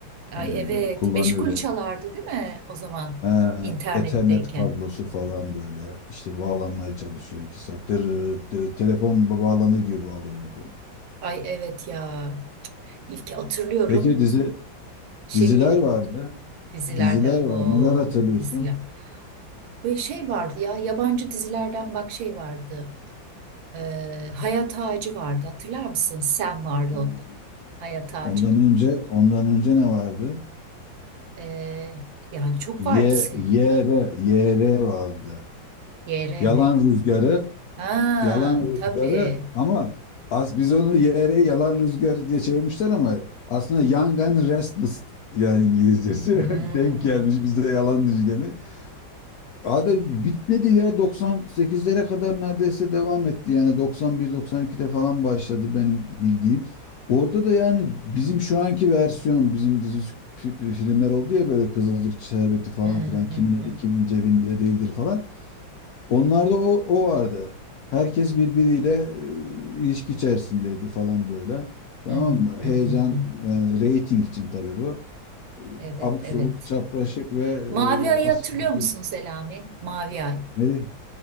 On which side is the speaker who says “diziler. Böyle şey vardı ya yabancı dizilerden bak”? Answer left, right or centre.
Right